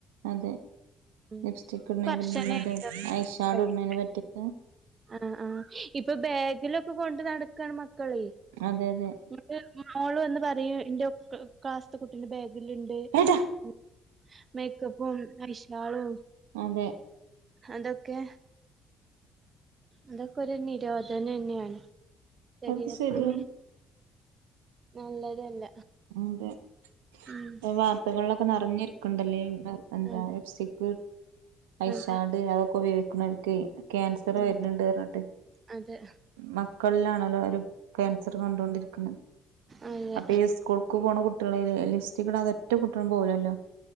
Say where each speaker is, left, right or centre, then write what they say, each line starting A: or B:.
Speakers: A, on the right; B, on the right.
A: അതെ
B: ഉം
A: ലിപ്സ്റ്റിക് ഇടുന്നേ
B: കർശനായിരിക്കും
A: <unintelligible> ത്തെ ഐഷാർഡ്
B: ഇവിടെയൊക്കെ
A: ഇടുന്നേന് പറ്റിയോക്കെ
B: ആ ആ ഇപ്പൊ ബാഗിലൊക്കെ കൊണ്ട് നടക്കാണ് മക്കളേ
A: അതെ അതെ
B: ന്റെ മോള് വന്ന് പറയും എന്റെ ക്ലാസ് ത്തെ കുട്ടിന്റെ ബാഗിൽണ്ട്
A: ഏട്ടാ
B: ണ്ട് മേക്കപ്പും ഐഷാളും
A: അതെ
B: അതൊക്കെ അതൊക്കെ ഒരു നിരോധനം തന്നെയാണ് ശരീരത്തിന്
A: അത് ശരിയാണ്
B: നല്ലതല്ല
A: അതെ
B: ഉം
A: വാർത്തകളിലൊക്കെ നിറഞ്ഞി ണ്ടല്ല എന്താ
B: അതെ
A: ലിഫ്സ്റ്റിക്ക്
B: അതെ
A: ഐഷാർഡ് അതൊക്കെ ഉപയോഗിക്കണ് ക്കെ ക്യാൻസറ്
B: ഉം
A: വരുന്നുണ്ട് പറഞ്ഞിട്ട്
B: അതെ
A: മക്കളിലാണല്ലോ ഒരു ക്യാൻസർ കൊണ്ടൊണ്ടിരിക്കുന്നത്
B: അതെ
A: അപ്പൊ ഈ സ്കൂൾക്ക് പോണ കുട്ടികളെ ലിപ്സ്റ്റിക്കിടാത ഒറ്റ കുട്ടികളും പോകുലല്ലോ